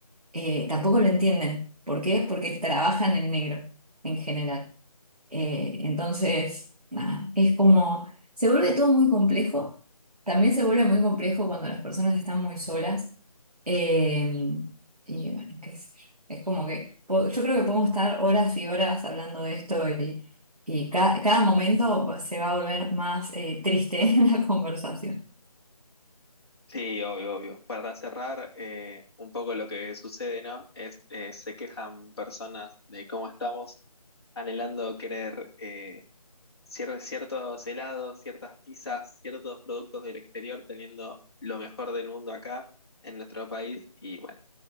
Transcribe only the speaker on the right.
Eh, tampoco lo entienden. ¿Por qué? Porque trabajan en negro en general. Eh, entonces, nada, es como, se vuelve todo muy complejo. También se vuelve muy complejo cuando las personas están muy solas. Eh, y bueno, qué sé yo. Es como que po- yo creo que podemos estar horas y horas hablando de esto y, y ca- cada momento se va a volver más eh, triste <laughs> la conversación.